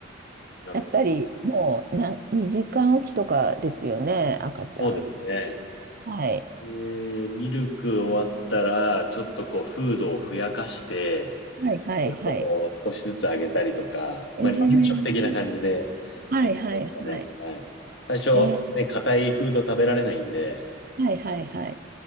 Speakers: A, on the left; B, on the right.
A: なるほど。
B: やっぱりもうな時間おきとかですよね、赤ちゃん。
A: そうですね。
B: はい。
A: でミルク終わったら、ちょっとこう、フードをふやかして、
B: はいはいはい。
A: ちょっとこう、少しずつ上げたりとか、
B: えー
A: まあ、離乳食的な感じで、
B: はいはいはい。
A: やりましたね。はい。最初、
B: えー
A: ね、硬いフード食べられないんで、
B: はいはいはい。